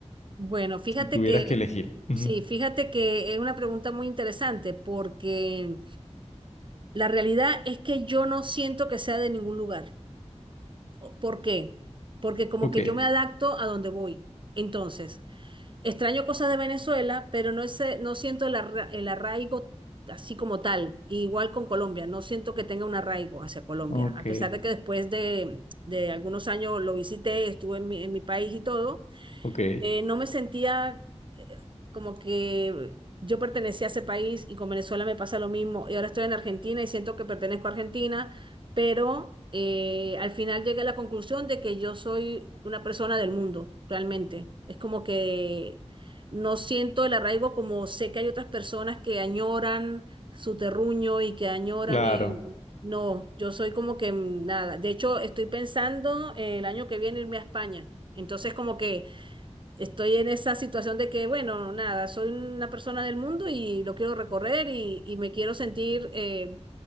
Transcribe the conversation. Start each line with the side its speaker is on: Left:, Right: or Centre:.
Right: Bueno, fíjate
Left: si tuvieras
Right: que,
Left: que elegir. Ujú.
Right: sí, fíjate que es una pregunta muy interesante porque la realidad es que yo no siento que sea de ningún lugar. O- ¿Por qué? Porque como
Left: Ok,
Right: que yo me adapto a donde voy. Entonces, extraño cosas de Venezuela, pero no, ese- no siento el, arra- el arraigo así como tal. Igual con Colombia, no siento que tenga un arraigo hacia Colombia,
Left: ok,
Right: a pesar de que después de, de algunos años lo visité, estuve en mi en mi país y todo
Left: ok,
Right: eh, no me sentía eh, como que yo pertenecía a ese país y con Venezuela me pasa lo mismo. Y ahora estoy en Argentina y siento que pertenezco a Argentina, pero eh, al final llegué a la conclusión de que yo soy una persona del mundo, realmente. Es como que no siento el arraigo como sé que hay otras personas que añoran su terruño y que añoran...
Left: claro.
Right: el- no, yo soy como que mm, nada. De hecho, estoy pensando eh, el año que viene irme a España. Entonces, como que estoy en esa situación de que, bueno, nada, soy una persona del mundo y lo quiero recorrer y, y me quiero sentir eh,